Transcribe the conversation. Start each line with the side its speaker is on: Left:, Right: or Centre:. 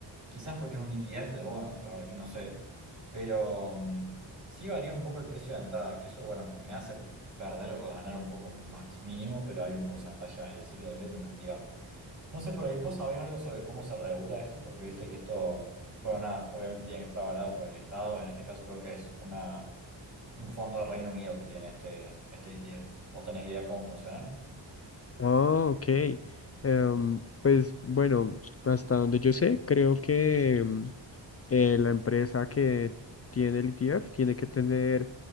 Right: Quizás porque es un ETF de bonos, la verdad que no sé. Pero. mm, Sí varía un poco el precio de entrada, que eso, bueno, me hace perder o ganar un poco más mínimo, pero hay un porcentaje ahí, así que tendría que investigar. No sé por ahí, ¿vos sabés algo sobre cómo se regula esto? Porque viste que esto, bueno, nada, obviamente tiene que estar avalado por el Estado, en este caso creo que es una, un fondo de Reino Unido que tiene este, este ETF. ¿Vos tenés idea cómo funciona?
Left: Oh, ok. Em, pues bueno, hasta donde yo sé, creo que em, eh, la empresa que tiene el ETF tiene que tener